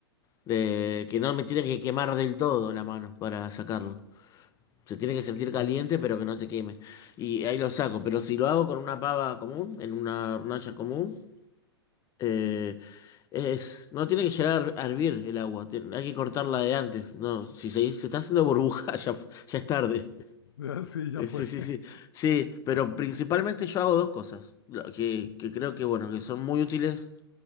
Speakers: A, on the left (about 25°); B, on the left (about 70°).
A: de que no me tiene que quemar del todo la mano para sacarlo. Se tiene que sentir caliente pero que no te queme. Y ahí lo saco, pero si lo hago con una pava común, en una hornalla común, eh, es, no tiene que llegar a hervir el agua, ti- hay que cortarla de antes. No, si se, se está haciendo burbuja, <laughs> ya, fu- ya es tarde.
B: <laughs> Sí, ya
A: Eh,
B: fue.
A: Sí, sí,
B: <laughs>
A: sí. Sí, pero principalmente yo hago dos cosas la- que, que creo que, bueno, que son muy útiles.